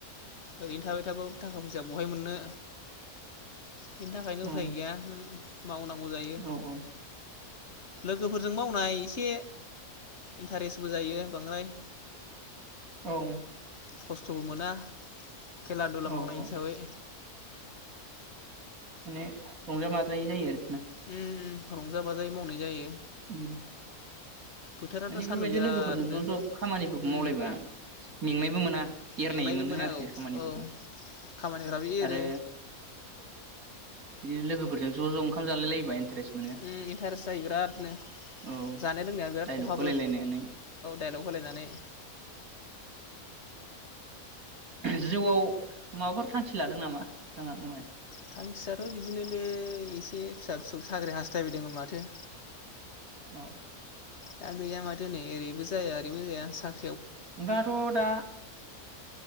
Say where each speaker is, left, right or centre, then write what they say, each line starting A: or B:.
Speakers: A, on the left; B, on the right.
A: ओरैनो थाबाय थाबाबो थाखा फैसा बहाय मोनो। बेनि थाखायनो
B: उम
A: उफाय गैया मावनांगौ जायो।
B: औ औ
A: लोगोफोरजों मावनाय एसे इन्टारेस्टबो जायो बांद्राय
B: औ
A: खस्थ'बो मोना खेला दुला
B: औ
A: मावनाय
B: औ
A: हिसाबै
B: माने रंजा बाजायै जायो आरोखि ना
A: अम अम रंजा बाजायै मावनाय जायो।
B: अम
A: बोथोराथ'
B: माने
A: सान्दुं
B: बेफोरबायदि
A: बिरादनो
B: लोगोफोरजों ज' ज' खामानिफोरखौ
A: उम
B: मावलायबा मेंनायबो मोना एरनाय
A: मेंनायबो
B: मोनो
A: मोना
B: आरोखि
A: औ
B: खामानिफोरखौ
A: औ खामानिफ्राबो एरो
B: आरो बिदिनो लोगोफोरजों ज' ज' ओंखाम जालायलायोबा इन्टारेस्ट मोनो
A: अम इन्टारेस्ट जायो बिरादनो
B: औ
A: जानाय लोंनाया बिराद
B: दाइलग
A: खहाबो
B: होलायलायनानै
A: डाइलग होलायनानै।
B: जिउआव माबाफोर थांखि लादों नामा नोंथाङा बुंनाय
A: थांखियाथ' बिदिनोलै एसे फिसा-फिसौखौ साख्रि हास्थायबायदोंमोन माथो
B: औ
A: दा गैया माथो नै ओरैबो जाया ओरैबो जाया साख
B: नोंथांआथ' दा